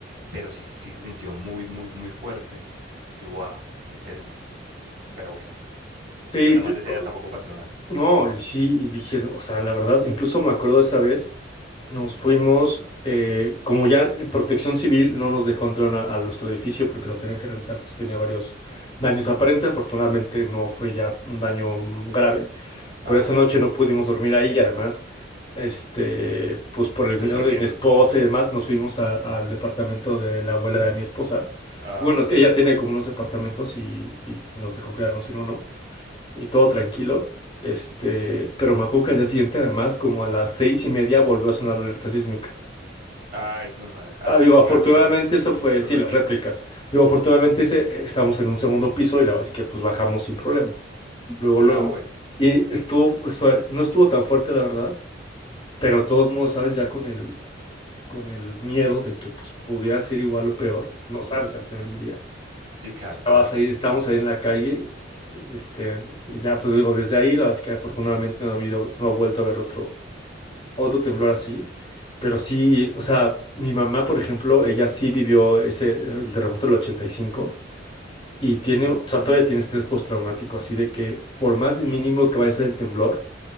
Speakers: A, on the right; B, on the left.
A: pero sí, sí se sintió muy, muy, muy fuerte. Yo, wow. Interesante. Pero bueno,
B: Sí,
A: y menos
B: te-
A: mal esa
B: uh,
A: ya tampoco pasó nada.
B: no, y sí, y dije, o sea, la verdad, incluso me acuerdo esa vez Nos fuimos, eh, como ya eh, Protección Civil no nos dejó entrar a, a nuestro edificio porque lo tenían que revisar porque tenía varios daños aparentes. Afortunadamente no fue ya un daño mm, grave,
A: Ajá.
B: pero esa noche no pudimos dormir ahí. y Además, este, pues por
A: Entonces,
B: el miedo
A: ¿qué hicieron?
B: de mi esposa y demás, nos fuimos a- al departamento de la abuela de mi esposa.
A: Ah,
B: Bueno,
A: ok.
B: que ella tiene como unos departamentos y, y nos dejó quedarnos en uno y todo tranquilo. Este, pero me acuerdo que al día siguiente, además, como a las seis y media, volvió a sonar la alerta sísmica.
A: Ay, hijo de madre. Ah,
B: Ah,
A: es
B: digo,
A: que
B: afortunadamente
A: claro, la- las,
B: eso fue,
A: las
B: sí,
A: réplicas.
B: las réplicas. Digo, afortunadamente ese, estábamos en un segundo piso y la verdad es que pues bajamos sin problema. Luego, luego.
A: Ah, bueno.
B: Y estuvo, o sea, no estuvo tan fuerte, la verdad, pero de todos modos, sabes, ya con el, con el miedo de que pues pudiera ser igual o peor, no sabes al final del día.
A: Sí, claro,
B: Estabas
A: claro.
B: ahí, estábamos ahí en la calle, este, y ya pues digo, desde ahí, la verdad es que afortunadamente no ha habido, no ha vuelto a haber otro, otro temblor así, pero sí, o sea, mi mamá, por ejemplo, ella sí vivió este, el terremoto del 85 y cinco y tiene,
A: Sí.
B: o sea, todavía tiene estrés postraumático, así de que por más mínimo
A: Mm.
B: que vaya a ser el temblor,